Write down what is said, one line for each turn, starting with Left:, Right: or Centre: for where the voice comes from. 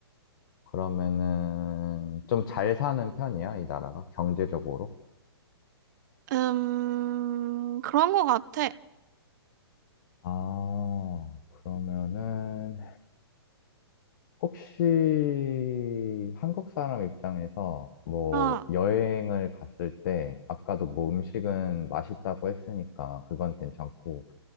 Left: 그러면은 좀 잘 사는 편이야, 이 나라가 경제적으로?
Right: 음, 그런 것 같아.
Left: 아, 그러면은 혹시 한국 사람 입장에서 뭐
Right: 아,
Left: 여행을 갔을 때 아까도 뭐 음식은 맛있다고 했으니까 그건 괜찮고